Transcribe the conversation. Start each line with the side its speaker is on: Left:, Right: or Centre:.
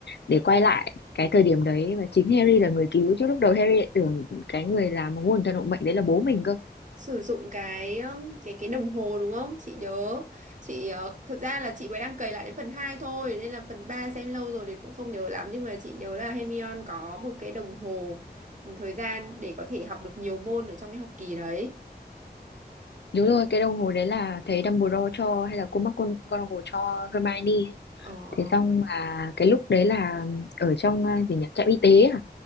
Left: để quay lại cái thời điểm đấy và chính Harry là người cứu chứ lúc đầu Harry lại tưởng cái người làm nguồn thần hộ mệnh đấy là bố mình cơ
Right: sử dụng cái um, cái cái đồng hồ đúng không chị nhớ chị ờ, thực ra là chị mới đang cày lại đến phần 2 thôi nên là phần 3 xem lâu rồi thì cũng không nhớ lắm nhưng mà chị nhớ là Hermione có một cái đồng hồ ừ, thời gian để có thể học được nhiều môn ở trong cái học kỳ đấy
Left: đúng rồi cái đồng hồ đấy là thầy Dumbledore cho hay là cô McGonagall cho Hermione ấy
Right: ờ ờ.
Left: thế xong là cái lúc đấy là ở trong à, gì nhỉ trạm y tế à